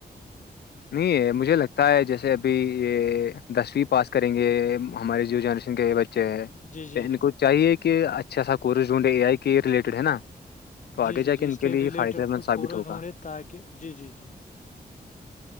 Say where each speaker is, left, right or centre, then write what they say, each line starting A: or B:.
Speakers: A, on the left; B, on the left.
A: نہیں یہ مجھے لگتا ہے جیسے ابھی یہ دسویں پاس کریں گے ہمارے یو جنریشن کے بچے اچھا
B: جی جی
A: تو ان کو چاہیے کہ اچھا سا کورس جو اے آئی کے ریلیٹیڈ ہے نا تو آگے
B: جی جی
A: جا
B: جی
A: ان
B: اس کے
A: لیے
B: ریلیٹڈ
A: یہ فائدہ
B: کچھ
A: مند ثابت
B: کورز
A: ہوگا
B: ہڈے تاکہ جی جی جی